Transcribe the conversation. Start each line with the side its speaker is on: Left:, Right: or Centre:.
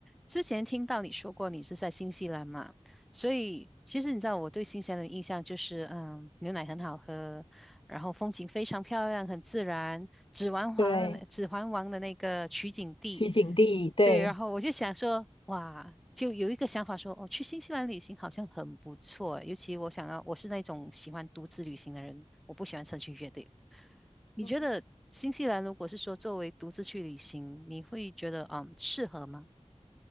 Centre: 之前听到你说过你是在新西兰嘛，所以其实你知道我对新西兰的印象就是，嗯，牛奶很好喝，然后风景非常漂亮，很自然。指环王的那指环王的那个取景地，
Left: 对，取景地，对。
Centre: 对，然后我就想说，哇，就有一个想法说，哦，去新西兰旅行好像很不错，尤其我想要，我是那种喜欢独自旅行的人，我不喜欢成群结队。你觉得新西兰如果是说作为独自去旅行，
Left: 嗯，
Centre: 你会觉得嗯适合吗？